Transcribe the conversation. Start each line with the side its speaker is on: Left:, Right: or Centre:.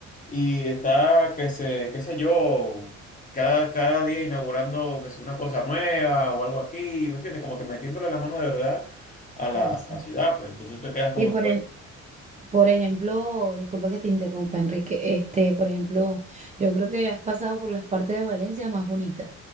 Left: y está, que se, qué sé yo. Cada, cada día inaugurando que si una cosa nueva o algo aquí, ¿me entiendes? Como que metiéndole la mano de verdad a la,
Right: Sí,
Left: a
Right: sí.
Left: la ciudad, pues entonces te quedas como
Right: Y por,
Left: que,
Right: ej- Por ejemplo, disculpa que te interrumpa, Enrique. Este, por ejemplo, yo creo que has pasado por las partes de Valencia más bonitas,